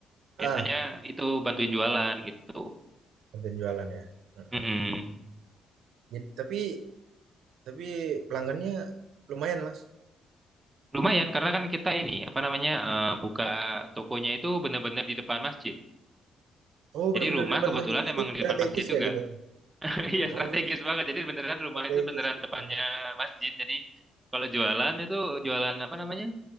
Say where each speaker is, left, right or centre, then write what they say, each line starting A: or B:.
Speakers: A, on the right (about 15°); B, on the right (about 75°).
A: biasanya
B: ah
A: itu bantuin jualan gitu.
B: konten jualan ya Mm-mm.
A: Mm-mm.
B: Jadi- tapi tapi pelanggannya lumayan mas.
A: Lumayan karena kan kita ini apa namanya? eh, buka tokonya itu benar-benar di depan masjid.
B: Oh benar-benar
A: Jadi rumah
B: di depan
A: kebetulan
B: mas. Jadi
A: emang di
B: strategis
A: depan masjid juga.
B: ya gitu.
A: <laughs> Iya
B: Oh
A: strategis banget. Jadi beneran rumah
B: strategis
A: itu beneran
B: gitu.
A: depannya masjid. Jadi kalau jualan itu jualan apa namanya?